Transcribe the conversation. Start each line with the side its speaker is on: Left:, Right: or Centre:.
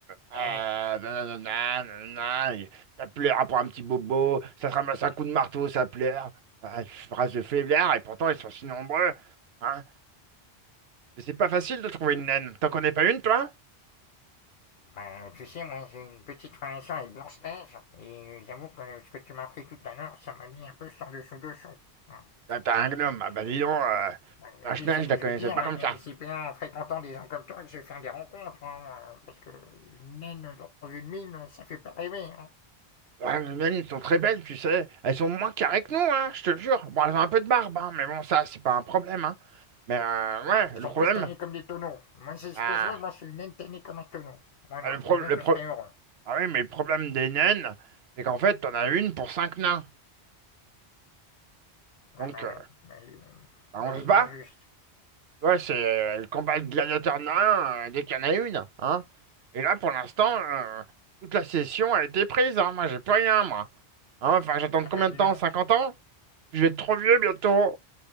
Right: hein,
Left: eh,
Right: euh, ah, nanana, nanana, et ça pleure pour un petit bobo, ça se ramasse un coup de marteau, ça pleure. Ah, phrase de faiblard, et pourtant ils sont si nombreux. Hein. Mais c'est pas facile de trouver une naine. T'en connais pas une, toi?
Left: ben, tu sais, moi j'ai une petite relation avec Blanche-Neige, et j'avoue que ce que tu m'as appris tout à l'heure, ça m'a mis un peu sur le dessous-dessous. hein.
Right: Ah, T'as un gnome.
Left: Mais
Right: Ah bah
Left: euh,
Right: dis donc, euh, la
Left: Et puis,
Right: Schneck,
Left: je
Right: je la
Left: je
Right: connaissais
Left: vais dire,
Right: pas
Left: euh,
Right: comme ça.
Left: c'est bien en fréquentant des gens comme toi que je vais faire des rencontres, hein, euh, parce que une naine dans une mine, ça fait pas rêver. Hein.
Right: Ouais, les naines sont très belles, tu sais. Elles sont moins carrées que nous, hein, je te le jure. Bon, elles ont un peu de barbe, hein, mais bon, ça, c'est pas un problème, hein. Mais euh, ouais,
Left: Ils sont
Right: le problème...
Left: plus tannés comme des tonneaux. Moi, c'est ce
Right: Ah,
Left: que je veux, moi, c'est une naine tannée comme un tonneau. Voilà,
Right: ah, le pro-
Left: et là,
Right: le
Left: je
Right: pro-
Left: serais heureux.
Right: ah oui, mais le problème des naines, c'est qu'en fait, t'en as une pour cinq nains.
Left: Ah
Right: Donc,
Left: bah
Right: euh,
Left: oui, bah, oui, bon,
Right: bah,
Left: la
Right: on
Left: vie
Right: se
Left: est
Right: bat.
Left: injuste.
Right: Ouais, c'est euh, le combat de gladiateur nain euh, dès qu'il y en a une, hein. Et là, pour l'instant, euh, toute la session a été prise, hein. Moi, j'ai plus rien, moi. Hein, enfin, j'attends combien
Left: Ah bah dis
Right: de temps?
Left: non.
Right: 50 ans? Je vais être trop vieux bientôt.